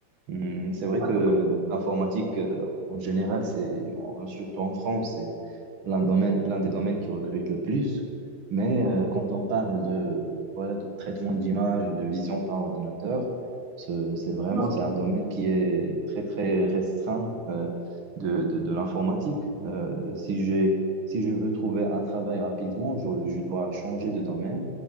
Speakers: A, on the right (about 85°); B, on the right (about 65°).
A: Hmm, C'est vrai
B: Ah,
A: que
B: d'accord.
A: l'informatique, euh, en général, c'est en- surtout en France, c'est l'un domaine, l'un des domaines qui recrute le plus. Mais euh, quand on parle de, voilà, de traitement d'image, de vision par ordinateur, ce- c'est vraiment
B: Ah, ok.
A: c'est un domaine qui est très très restreint euh, de, de, de l'informatique. Euh, si j'ai, si je veux trouver un travail rapidement, je, je dois changer de domaine,